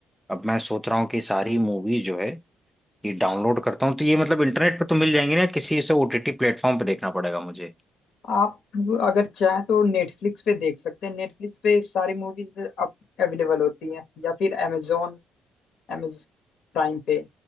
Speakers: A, in the centre; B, on the left.
A: अब मैं सोच रहा हूँ कि सारी मूवीज जो है ये डाउनलोड करता हूँ तो ये मतलब इंटरनेट पे तो मिल जाएंगी ना किसी से ओटीटी प्लेटफॉर्म पे देखना पड़ेगा मुझे
B: आप अगर चाहें तो नेटफ्लिक्स पे देख सकते हैं नेटफ्लिक्स पे सारी मूवीज अब अवेलेबल होती हैं या फिर amazon amazon प्राइम पे